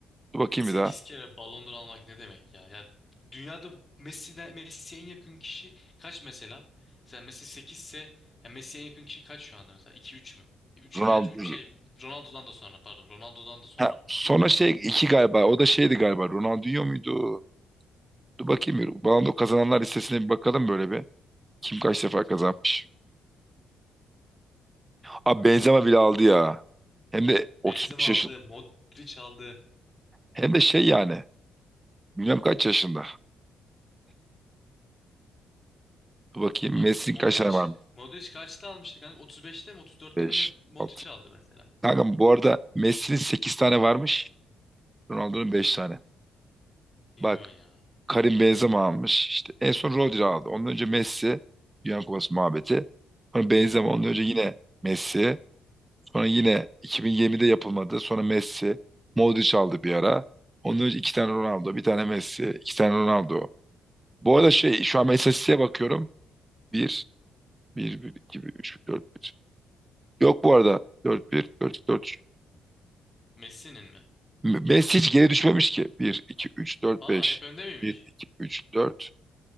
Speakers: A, on the right; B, on the left.
A: Dur bakayım
B: 8
A: bir daha.
B: kere Ballon d'Or almak ne demek ya? Ya dünyada Messi'den Messi'ye en yakın kişi kaç mesela? Mesela Messi 8 ise ya Messi'ye en yakın kişi kaç şu anda mesela? 2 3 mü? 3
A: Ronaldo.
B: gerçi 3 şey Ronaldo'dan da sonra pardon. Ronaldo'dan da sonra.
A: Ha, sonra şey 2 galiba. O da şeydi galiba. Ronaldinho muydu? Dur bakayım bir. Ballon d'Or kazananlar listesine bir bakalım böyle bir. Kim kaç defa
B: Tamam.
A: kazanmış? Abi Benzema bile aldı ya. Hem de 35
B: Benzema
A: yaşında.
B: aldı, Modric aldı.
A: Hem de şey yani. Bilmem kaç yaşında. Dur bakayım.
B: Bak
A: Messi'nin
B: Modric
A: kaç tane varmış?
B: Modric kaçta almıştı kanka? 35'te mi 34'te
A: 5,
B: mi ne Modric
A: 6.
B: aldı mesela?
A: Kanka bu arada Messi'nin 8 tane varmış. Ronaldo'nun 5 tane.
B: Ne
A: Bak
B: diyorsun ya?
A: Karim Benzema almış. İşte en son Rodri aldı. Ondan önce Messi. Dünya Kupası muhabbeti. Sonra Benzema. Ondan
B: Hı hı.
A: önce yine Messi. Sonra yine 2020'de yapılmadı. Sonra Messi. Modric aldı bir ara. Ondan önce iki tane Ronaldo. Bir tane Messi. iki tane Ronaldo. Bu arada şey şu an ben istatistiğe bakıyorum. bir, bir, 1, 2, 1, 3, dört, bir. Yok bu arada. dört, bir, dört, dört.
B: Messi'nin mi?
A: Messi hiç geri düşmemiş ki. bir, iki, üç, dört,
B: Aa
A: beş,
B: hep önde miymiş?
A: bir, iki, üç, dört.